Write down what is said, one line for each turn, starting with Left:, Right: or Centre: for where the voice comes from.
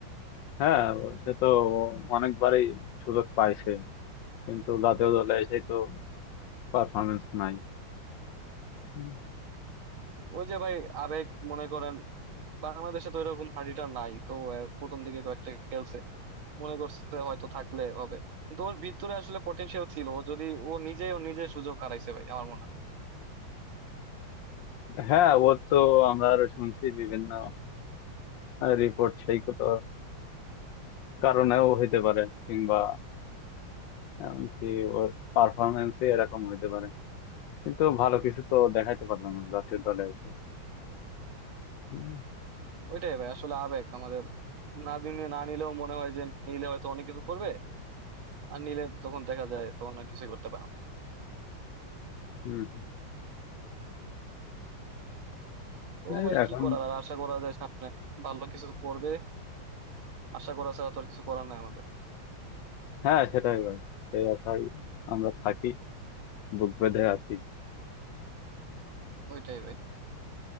Left: হ্যাঁ সে তো অনেকবারই সুযোগ পাইছে কিন্তু জাতীয় দলে এসে তো পারফরমেন্স নাই হুম।
Right: ওই যে ভাই আবেগ মনে করেন বাংলাদেশে তো এরকম হাড়িটা নাই তো আহ, প্রথম দিকে কয়েকটা খেলছে মনে করছে হয়তো থাকলে হবে কিন্তু ওর ভিতরে আসলে পটেনশিয়াল ছিল ও যদি ও নিজে ও নিজে সুযোগ হারাইছে ভাই আমার মনে হয়
Left: হ্যাঁ ওর তো আমরা আরো শুনছি বিভিন্ন রিপোর্ট সেই কত কারণেও হইতে পারে কিংবা এমনকি ওর পারফরমেন্স এরকম হইতে পারে কিন্তু ভালো কিছু তো দেখাইতে পারলাম না জাতীয় দলে এসে হুম
Right: ওইটাই ভাই আসলে আবেগ আমাদের না দিনে না নিলেও মনে হয় যে নিলে হয়তো অনেক কিছু করবে আর নিলে তখন দেখা যায় তখন আর কিছুই করতে পারে না
Left: হুম হুম।
Right: তো
Left: এই
Right: ভাই
Left: এখন
Right: কি করার আর আশা করা যায় সামনে ভালো কিছু করবে আশা করা ছাড়া তো আর কিছু করার নাই আমাদের
Left: হ্যাঁ সেটাই ভাই সেই আশায় আমরা থাকি বুক বেঁধে আছি
Right: ওইটাই ভাই